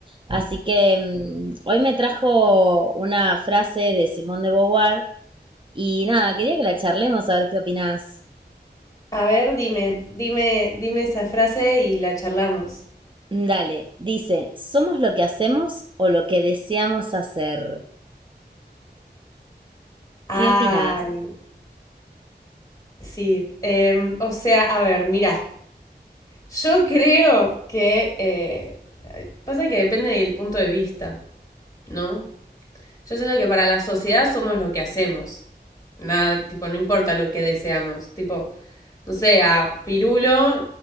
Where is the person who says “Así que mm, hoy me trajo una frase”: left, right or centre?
Right